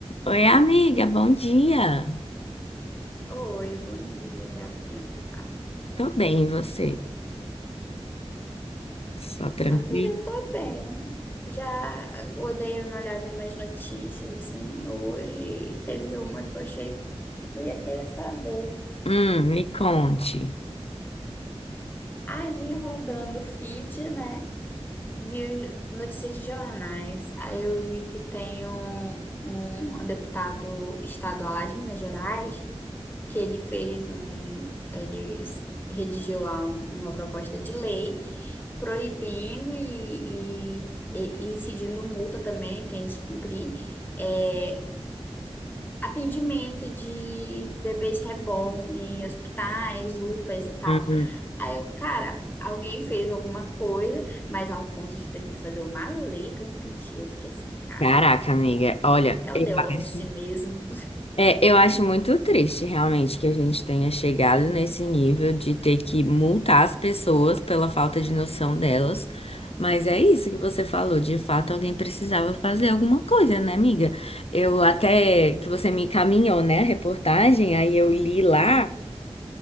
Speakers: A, on the left (about 65°); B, on the left (about 20°).
A: Oi, amiga, bom dia.
B: Oi, bom dia, gata. Como é que tu tá?
A: Tô bem, e você? Só tranquilo?
B: Amiga, eu tô bem. Já eu dei uma olhada em umas notícias assim hoje e teve uma que eu achei que tu ia querer saber.
A: Hum, me conte.
B: Ali rodando o feed, né? Vi os- notícias de jornais. Aí eu vi que tem um, um deputado estadual lá de Minas Gerais que ele fez um, ele es- redigiu lá um- uma proposta de lei proibindo e, e- e incidindo multa também, quem descumprir, é, atendimento de bebês reborn em hospitais, UPAs e tal.
A: Hum,
B: Aí eu, cara, alguém fez alguma coisa, mas ao ponto de ter que fazer uma lei para impedir, eu fiquei assim, cara,
A: Caraca, amiga, olha,
B: é
A: eu
B: o The Office
A: acho,
B: mesmo.
A: é, eu acho muito triste realmente que a gente tenha chegado nesse nível de ter que multar as pessoas pela falta de noção delas. Mas é isso que você falou, de fato alguém precisava fazer alguma coisa, né, amiga? Eu até que você me encaminhou, né, a reportagem, aí eu li lá.
B: <laughs>